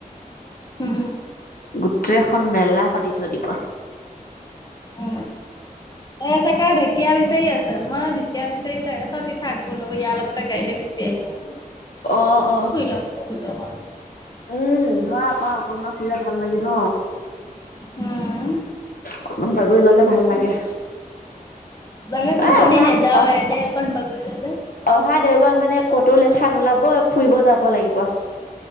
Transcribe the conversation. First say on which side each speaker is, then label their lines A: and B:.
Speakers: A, on the left; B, on the left.
A: উম
B: গোটেইখন মেলা পাতি থৈ দিব।
A: অ, এ, তাকে ঢেকীয়া বিচাৰি আছে মই ঢেঁকীয়া বিচাৰি তাক তই তিঠা আগবঢ় ল'ব ইয়াৰ লগত। গাড়ীতে গুচি আহি লম
B: অ অ
A: শুই লম বলো অকণ।
B: উম, হয় আকৌ অকণমান খলে ভাল লাগে ন।
A: উম
B: অকণমান বাগৰি ল'লে ভাল লাগে।
A: লাগে টোপনি
B: এ অহা
A: নাযাওঁৱে
B: অহা
A: এনে অকন বাগৰি ললে,
B: অহা দেওবাৰ মানে ক'তো লেঠা নোলাব ফুৰিব যাব লাগিবই।